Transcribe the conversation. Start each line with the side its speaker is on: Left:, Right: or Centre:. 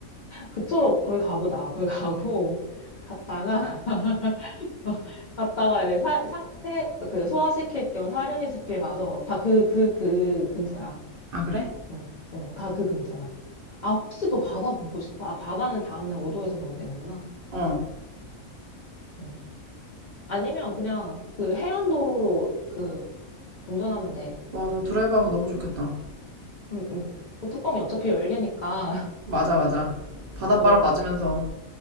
Left: 그쪽으로 거기 가보자. 거기 가고 갔다가 <laughs> 갔다가 이제 사, 상, 세, 그 소화시킬 겸 사려니 숲길 가서 다 그, 그, 그 근처야.
Right: 아, 그래?
Left: 어, 어, 다 그 근처야. 아, 혹시 더 바다 보고 싶어? 아, 바다는 다음날 우도에서 보면 되는구나.
Right: 어,
Left: 어. 아니면 그냥 그 해안도로로 그 운전하면 돼.
Right: 맞아. 드라이브 하면 너무 좋겠다.
Left: 응, 응. 그 뚜껑이 어차피 열리니까.
Right: 맞아, 맞아.
Left: <laughs>
Right: 바닷바람
Left: 어,
Right: 맞으면서.